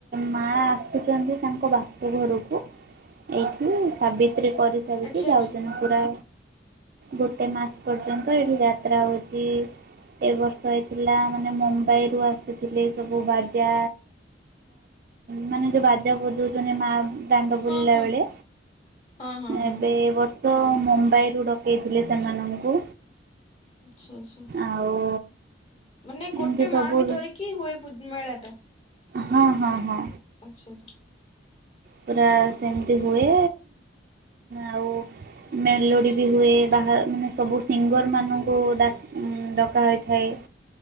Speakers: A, on the right (about 50°); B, on the left (about 30°).
A: ମା ଆସୁଛନ୍ତି ତାଙ୍କ ବାପ ଘରକୁ। ଏଇଠି ସାବିତ୍ରୀ କରିସାରିକି
B: ଆଚ୍ଛା
A: ଯାଉଛନ୍ତି
B: ଆଚ୍ଛା
A: ପୁରା ଗୋଟେ ମାସ ପର୍ଯ୍ୟନ୍ତ ଏଠି ଯାତ୍ରା ହଉଛି। ଏ ବର୍ଷ ହେଇଥିଲା ମାନେ ମୁମ୍ବାଇ ରୁ ଆସ ଥିଲେ ସବୁ ବାଜା ମାନେ ଯେଉଁ ବାଜା ବଜାଉଛନ୍ତି ମା ଦାଣ୍ଡ ବୁଲିଲା
B: ହଁ ହଁ
A: ବେଳେ,
B: ହଁ ହଁ ହଁ
A: ଏବେ ବର୍ଷ ତ ମୁମ୍ବାଇରୁ ଡକେଇଥିଲେ ସେମାନଙ୍କୁ,
B: ଆଚ୍ଛା ଆଚ୍ଛା
A: ଆଉ
B: ମାନେ ଗୋଟେ
A: ଏମିତି ସବୁ
B: ମାସ ଧରିକି ହୁଏ ପୁ ମେଳା ଟା।
A: ହଁ ହଁ ହଁ।
B: ଆଛା ଆଛା।
A: ପୁରା ସେମିତି ହୁଏ, ଆଉ ମେଲୋଡ଼ି ବି ହୁଏ ବାହା ମାନେ ସବୁ ସିଙ୍ଗର ମାନଙ୍କୁ ଡକ ଡକା ହୋଇଥାଏ।